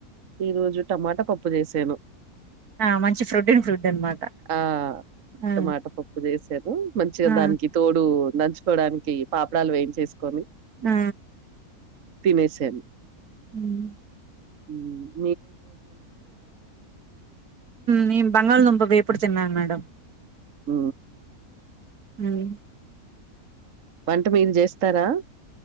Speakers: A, on the right (about 60°); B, on the right (about 75°).
A: ఈ రోజు టమాటా పప్పు చేసాను
B: ఆ మంచి ప్రోటీన్ ఫుడ్ అనమాట
A: ఆ
B: ఆ
A: టమాట పప్పు చేసాారు మంచిగా
B: ఆ
A: దానికి తోడు మంచి కోడానికి పాపడాలు వేయించేసుకొని
B: ఆ
A: తినే శానే
B: హమ్
A: ఉమ్
B: న బంగల్ దుంప వేపుడు ఇప్పుడు తిన్నాను మేడం
A: ఆ
B: హమ్
A: వంట మీరు చేస్తారా